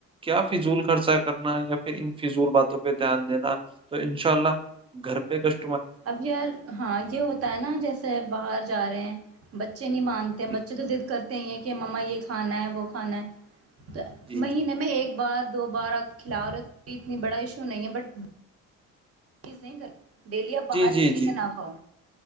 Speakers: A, on the right (about 15°); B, on the right (about 45°).
A: کیا فضول کا خرچا کرنا یا پھر ان فضول باتوں پہ دھیان دینا تو ان شاء اللہ گھر پہ کش
B: اب یار ہاں یہ ہوتا ہے نا جیسے باہر جا رہے ہیں بچے نہیں مانتے
A: جی
B: بچے تو ضد کرتے ہیں کہ ما یہ کھانا ہے وہ کھانا ہے تو
A: جی
B: مہینے میں ایک بار دو بار آ کے کھلا رہے ہو اتنی بڑا ایشو نہیں ہے بٹ تیز نہیں گھر ڈیلی اپ
A: جی
B: باہر کسییزیں
A: جی جی
B: نہ کھاؤ